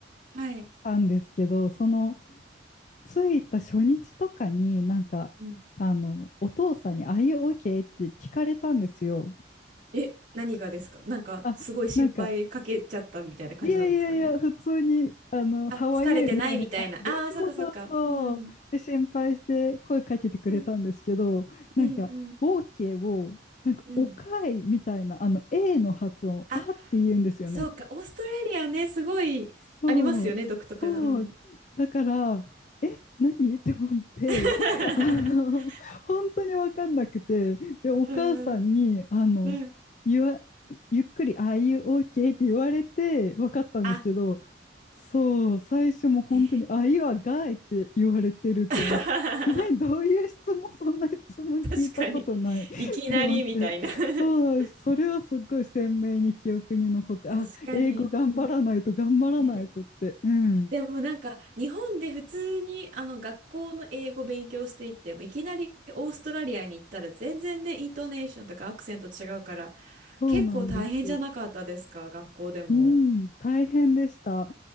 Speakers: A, on the right (about 40°); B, on the left (about 40°).
A: はい。
B: イしたんですけど、その着いた初日とかになんか、
A: うん
B: あの、お父さんに、あい y OK? って聞かれたんですよ。
A: え、何がですかなんかすごい心配かけちゃったみたいな感じなんですかね
B: あ、なんか、いやいやいや、普通に、あの、ハワイへみたいな感じで、
A: あ、疲れてないみたいな。ああ、
B: そうそうそう。
A: そっかそっか。うん。
B: で、心配して声かけてくれたんですけど、
A: うん
B: なんか、
A: うんうん。
B: OK を、なんか、
A: うん。
B: おかいみたいな、あの、A の発音、
A: あ、
B: あって言うんですよね。
A: そうか、オーストラリアね、すごいありますよね、
B: そう、
A: 独特な。
B: そう。
A: うん。
B: だから、え、何 <laughs> って思って、
A: <laughs>
B: あの、本当に分かんなくて、で、お母さんに、
A: うんうん
B: あの、
A: うん。
B: 言わ、ゆっくり、ああいう OK って言われて分かったんですけど、
A: あ、
B: そう、最初も本当に、
A: ね
B: ああいうはガイって言われてるって思って、
A: え <laughs>
B: 何、どういう質問、そんな質問聞いたことないって思って、
A: 確かに。いきなりみたいな <laughs>
B: そう、それはすっごい鮮明に記憶に残って、
A: 確かに。
B: あ、英語頑張らないと頑張らないとって、
A: ね。
B: うん、
A: でもなんか日本で普通にあの学校の英語勉強していってもいきなりオーストラリアに行ったら全然ねイントネーションとかアクセント違うから
B: そうなんです。
A: 結構大変じゃなかったですか学校でも。
B: うん、大変でした。